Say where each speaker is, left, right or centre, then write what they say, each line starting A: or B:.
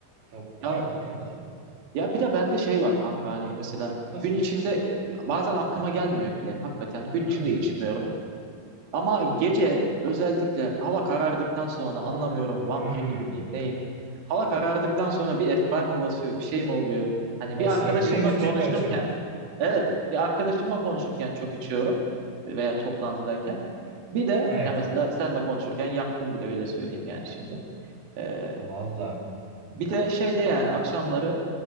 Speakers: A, on the right; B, on the right.
A: Çok aynen
B: Ya
A: benim de aynı.
B: ya bir de bende şey var kanka hani mesela
A: Nasıl?
B: gün içinde bazen aklıma gelmiyor bile. Hakikaten gün
A: Hmm.
B: içinde içmiyorum. Ama gece özellikle hava karardıktan sonra anlamıyorum vampir
A: Hmm.
B: gibi miyim neyim? Hava karardıktan sonra bir efkar mı basıyor bir şey mi oluyor? Hani
A: Basarı.
B: bir arkadaşımla
A: Bir de müzik
B: konuşurken
A: de açıyordur.
B: evet bir arkadaşımla konuşurken çok içiyorum veya toplantıdayken. Bir de
A: Evet.
B: ya mesela senle konuşurken yaktım bile öyle söyleyeyim yani şimdi. Ee,
A: Valla.
B: bir de şeyde yani akşamları